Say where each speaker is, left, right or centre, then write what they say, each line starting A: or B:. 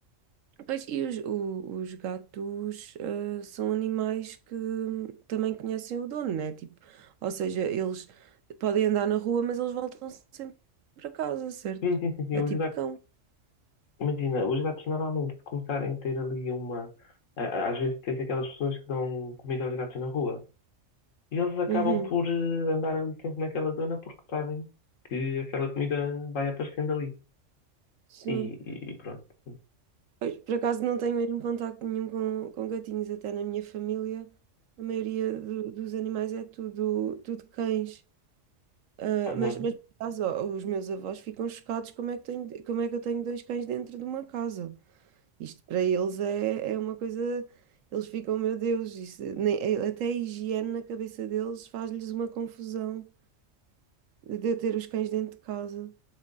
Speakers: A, on the right; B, on the left.
A: pois e os, o- os gatos ah, são animais que também conhecem o dono, né? Tipo, ou seja, eles podem andar na rua, mas eles voltam sempre para casa, certo?
B: <laughs> Sim, sim, sim, sim,
A: É
B: os
A: tipo
B: gatos,
A: cão.
B: imagina, os gatos normalmente se começarem a ter ali uma. a- a- Às vezes tens aquelas pessoas que dão comida aos gatos na rua. E eles acabam
A: Uhum.
B: por eh, andar ali sempre naquela zona porque sabem que aquela comida vai aparecendo ali.
A: Sim.
B: E, e- e pronto.
A: Pois, por acaso não tenho mesmo contacto nenhum com, com gatinhos, até na minha família. A maioria do- dos animais é tudo, tudo cães. Ah,
B: Uhum,
A: mas, mas por acaso, ó, os meus avós ficam chocados como é que tenho, como é que eu tenho dois cães dentro de uma casa. Isto para eles é, é uma coisa. Eles ficam, meu Deus, isso, nem, é- até a higiene na cabeça deles faz-lhes uma confusão de eu ter os cães dentro de casa.